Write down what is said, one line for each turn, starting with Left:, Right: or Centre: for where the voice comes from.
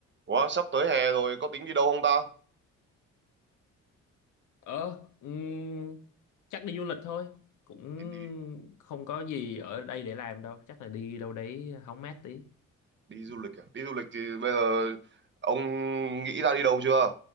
Right: Ủa, sắp tới hè rồi có tính đi đâu không ta?
Left: Ờ, ừm, chắc đi du lịch thôi. Cũng
Right: Đi, đi,
Left: không có gì ở đây để làm đâu. Chắc là đi đâu đấy hóng mát tí.
Right: đi du lịch à? Đi du lịch thì bây giờ ông nghĩ ra đi đâu chưa?